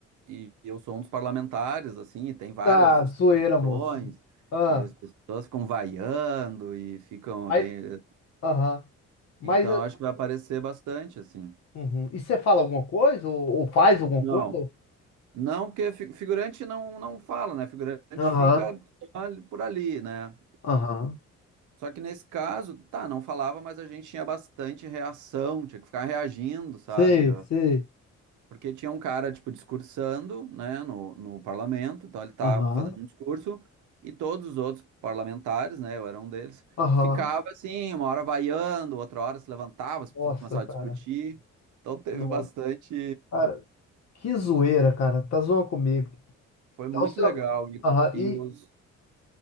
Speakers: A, on the right; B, on the left.
A: e eu sou um dos parlamentares, assim, e tem várias
B: Da zoeira,
A: discussões,
B: moço. Ah,
A: e as pessoas ficam vaiando e ficam
B: mas,
A: bem.
B: aham. Mas,
A: Então,
B: eh,
A: eu acho que vai aparecer bastante, assim.
B: uhum. E você fala alguma coisa? Ou, ou faz alguma
A: Não.
B: coisa? Ou-
A: Não, porque fi- figurante não, não fala, né? Figurante
B: Aham,
A: fica só ali- por ali, né?
B: aham.
A: Só que nesse caso, tá, não falava, mas a gente tinha bastante reação, tinha que ficar reagindo, sabe?
B: Sei,
A: Ah,
B: sei.
A: Porque tinha um cara, tipo, discursando, né, no, no parlamento, então ele tá
B: Aham,
A: fazendo um discurso, e todos os outros parlamentares, né, eu era um deles,
B: aham.
A: ficava assim, uma hora vaiando, outra hora se levantava, as pessoas
B: Nossa,
A: começavam
B: cara.
A: a discutir. Então teve
B: Nossa.
A: bastante.
B: Cara, que zoeira, cara. Tá zoando comigo.
A: Foi muito
B: Tá o seu...
A: legal. E,
B: Aham.
A: e
B: E,
A: os.